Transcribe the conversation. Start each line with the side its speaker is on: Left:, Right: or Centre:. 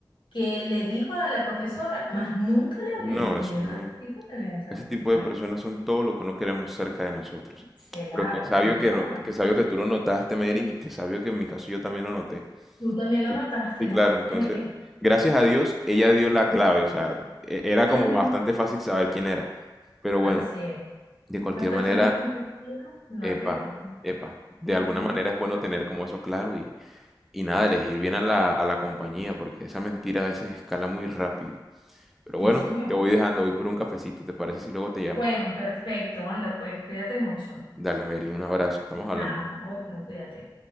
Left: que le dijo a la profesora, más nunca le
Centre: No,
Left: hablé, pues
Centre: eso
Left: yo
Centre: no.
Left: no necesito tener esa,
Centre: Ese tipo
Left: no,
Centre: de personas son todo lo que no queremos cerca de nosotros.
Left: celado,
Centre: Pero que sabio
Left: nunca
Centre: que, no-
Left: más.
Centre: que sabio que tú lo notaste, Mary, y que sabio que en mi caso yo también lo noté.
Left: Tú también lo
Centre: Y,
Left: notaste,
Centre: y
Left: ¿no?
Centre: claro, entonces,
Left: Eh, eh,
Centre: gracias a Dios, ella dio la clave, o sea, e- era
Left: Ujú.
Centre: como bastante fácil saber quién era. Pero bueno,
Left: así es.
Centre: de cualquier
Left: Esas personas
Centre: manera,
Left: conflictivas, no,
Centre: epa,
Left: que va.
Centre: epa, de alguna
Left: Ujú.
Centre: manera es bueno tener como eso claro y, y nada, elegir bien a la, a la compañía, porque esa mentira a veces escala muy rápido. Pero
Left: Sí,
Centre: bueno,
Left: señor.
Centre: te voy dejando, voy por un cafecito, ¿te parece si luego te llamo?
Left: Bueno, perfecto. Anda, pues, cuídate mucho.
Centre: Dale, Mary, un abrazo, estamos hablando.
Left: Chao, otro, cuídate.